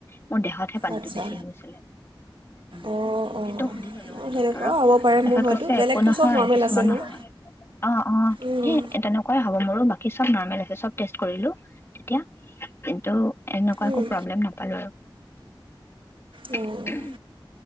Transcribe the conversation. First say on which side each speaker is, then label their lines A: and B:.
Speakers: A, on the left (about 30°); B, on the right (about 70°).
A: মোৰ দেহতহে পানীটো
B: আচ্ছা
A: বেছি হৈছিলে। উম,
B: অঁ অঁ
A: সেইটো সুধি ল'লো
B: অঁ
A: আ ডক্টৰক
B: সেনেকুৱাও হ'ব পাৰে
A: তেখেত
B: মোৰ হয়তো
A: কৈছে
B: বেলেগটো
A: একো নহয়
B: চব নৰ্মেল
A: কিছুমানৰ
B: আছে মোৰ
A: হয়। অ অ ই
B: উম,
A: তেনেকুৱাই হ'ব মোৰো বাকী চব নৰ্মেল আছে। চব টেষ্ট কৰিলো তেতিয়া, কিন্তু এনেকুৱা
B: উম,
A: একো প্ৰব্লেম নাপালো আৰু।
B: অঁ